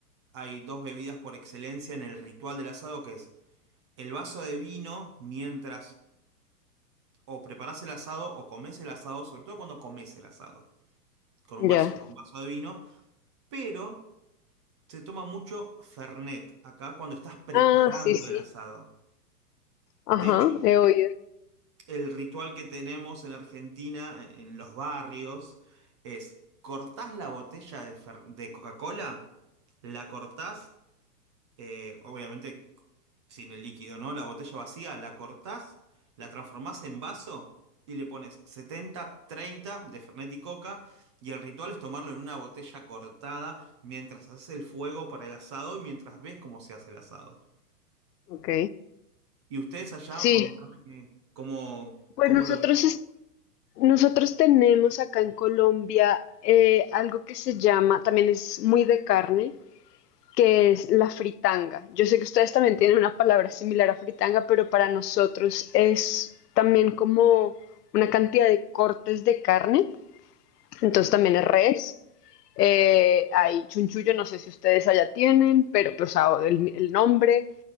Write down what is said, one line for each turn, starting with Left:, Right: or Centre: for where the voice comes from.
Right: hay dos bebidas por excelencia en el ritual del asado, que es el vaso de vino mientras o preparás el asado o comés el asado, sobre todo cuando comés el asado, con un
Left: ya.
Right: vaso, con vaso de vino, pero se toma mucho Fernet acá cuando estás preparando
Left: Ah, sí, sí.
Right: el asado.
Left: Ajá,
Right: De hecho,
Left: he oído.
Right: el ritual que tenemos en Argentina, en los barrios, es cortás la botella de, Fer- de Coca-Cola, la cortás eh, obviamente sin el líquido, ¿no? La botella vacía, la cortás, la transformás en vaso y le pones 70 30 de Fernet y Coca. Y el ritual es tomarlo en una botella cortada mientras haces el fuego para el asado y mientras ves cómo se hace el asado.
Left: Ok.
Right: Y ustedes allá,
Left: Sí,
Right: contame que- cómo,
Left: pues
Right: cómo
Left: nosotros,
Right: lo viven.
Left: es- nosotros tenemos acá en Colombia eh, algo que se llama, también es muy de carne, que es la fritanga. Yo sé que ustedes también tienen una palabra similar a fritanga, pero para nosotros es también como una cantidad de cortes de carne, entonces
Right: Sí.
Left: también es res. Eh, hay chunchullo, no sé si ustedes allá tienen, pero pues ah, el, el nombre,